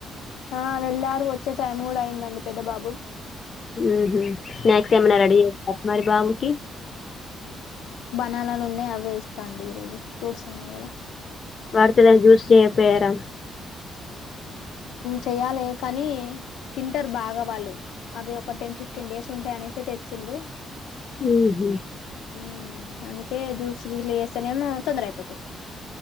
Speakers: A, on the left (about 90°); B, on the left (about 40°).
A: ఆ వెళ్ళారు వచ్చే టైం కూడా అయిందండి పెద్ద బాబు
B: ఉహు స్నాక్స్ ఏమన్నా రెడీ చేశారా మరి బాబు కి
A: ణాలాలు ఉన్నాయి అవే ఇస్తా అండి ఈరోజు ఫ్రూట్స్ ఉన్నాయి కదా
B: వాడితో ఏదయినా జూస్ చేయపోయారా
A: చెయ్యాలి కానీ తింటారు బాగా వాళ్ళు అవి ఒక టెన్ ఫిఫ్టీన్ డేస్ ఉంటాయ అనేసే తెచ్చిండు
B: ఉహు
A: ఉ అందుకే జ్యూస్ గిట్ల చేస్తేనేమో తొందర అయిపోతాయి